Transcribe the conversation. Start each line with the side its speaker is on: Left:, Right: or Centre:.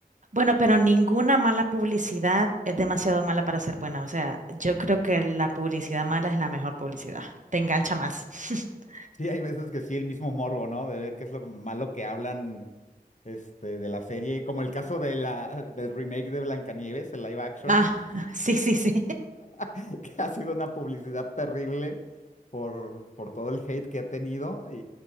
Right: Bueno, pero ninguna mala publicidad es demasiado mala para ser buena. O sea, yo creo que la publicidad mala es la mejor publicidad. Te engancha más. <laughs>
Left: Sí, hay veces que sí, el mismo morbo, ¿no? De ver qué es lo malo que hablan este, de la serie, como el caso de la, del remake de Blancanieves, el live action,
Right: Ah, <laughs> sí, sí, sí.
Left: <laughs> que ha sido una publicidad terrible por, por todo el hate que ha tenido y,